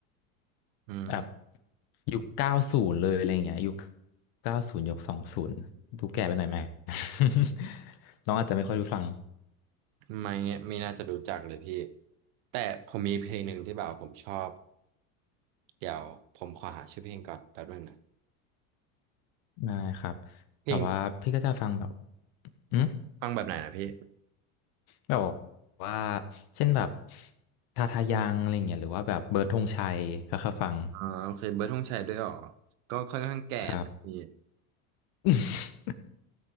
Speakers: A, on the right (about 70°); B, on the left (about 60°).
A: อืม
B: แบบยุคเก้าศูนย์เลยอะไรเงี้ยยุคเก้าศูนย์ยุคสองศูนย์ดูแก่ไปหน่อยไหม <laughs> น้องอาจจะไม่ค่อยรู้ฟัง
A: ไม่ไม่น่าจะรู้จักเลยพี่แต่ผมมีเพลงหนึ่งที่แบบผมชอบเดี๋ยวผมขอหาชื่อเพลงก่อนแป๊บนึงนะ
B: ได้ครับ
A: เพลง
B: แต่ว่าพี่ก็จะฟังแบบอืม
A: ฟังแบบไหนนะพี่
B: แบบว่าเช่นแบบทาทายังอะไรเงี้ยหรือว่าแบบเบิร์ดธงชัยก็เคยฟัง
A: อ่าโอเคเบิร์ดธงชัยด้วยเหรอก็ค่อนข้างแก่นะพี่
B: ครับ <laughs>